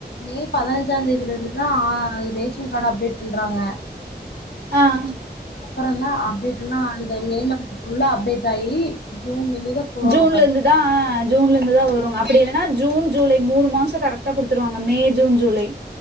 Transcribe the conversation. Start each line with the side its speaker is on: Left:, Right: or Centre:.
Left: மே பதினஞ்சாந் தேதில இருந்துதா அ ரேஷன் காடு அப்டேட் பண்றாங்க
Right: அ அ
Left: அப்புறதா அப்டேட்டுல்லா <unintelligible> மே மந்த் ஃபுல்லா அப்டேட் ஆயி ஜூன்ல இருந்துதா போடுவாங்க
Right: ஜூன்ல
Left: பாரு
Right: இருந்து தா அ ஜூன்ல இருந்துதா வருங்க அ ப்படி இல்லன்னா ஜூன் ஜூலை மூணு மாசோ கரெக்டா கொடுத்துருவாங்க மே ஜூன் ஜூலை